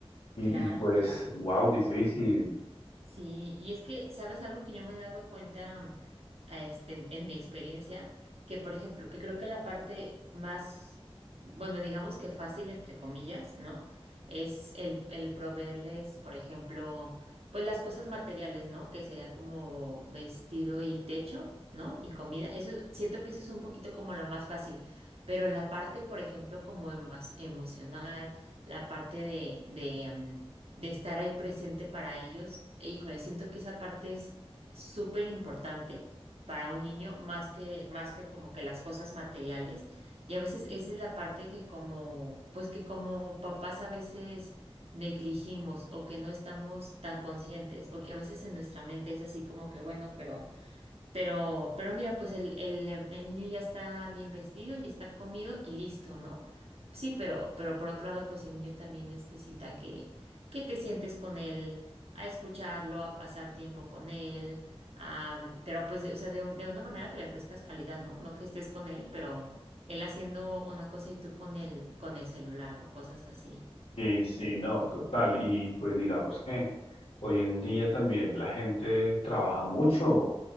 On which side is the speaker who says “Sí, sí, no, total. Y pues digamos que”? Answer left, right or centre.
Left